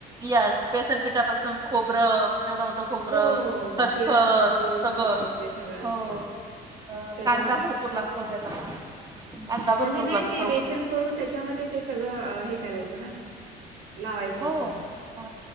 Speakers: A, on the right; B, on the right.
A: यास बेसनपीठापासून खोबरं. एवढं मोठं खोबरं
B: हो, हो, हो,
A: खसखस
B: हो. तिळाचं कूट,
A: सगळं
B: खसखस ते सगळं
A: हो.
B: असतं.
A: अ
B: त्याचा
A: कांदा भरपूर लागतो त्याला.
B: ह
A: कांदा भरपूर
B: म्हणजे नाही
A: लागतो
B: ते बेसन करून त्याच्यामध्ये. ते सगळं हे करायचं ना लावायचं
A: हो.
B: असतं.
A: अ